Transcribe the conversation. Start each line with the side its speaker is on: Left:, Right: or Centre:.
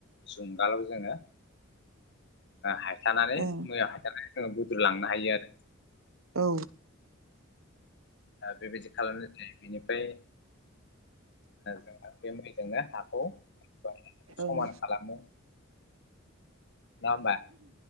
Left: जुंगालाव जोङो हायथानानै
Right: ओं
Left: मैयाव हायथानानै जोङो बुद्रु लांनो हायो आरो
Right: औ
Left: बेबायदि खालामनाय जायो बेनिफ्राय जोंहा बे मै जोंनो हाखौ बाय
Right: ओं
Left: समान खालामो नङा होमबा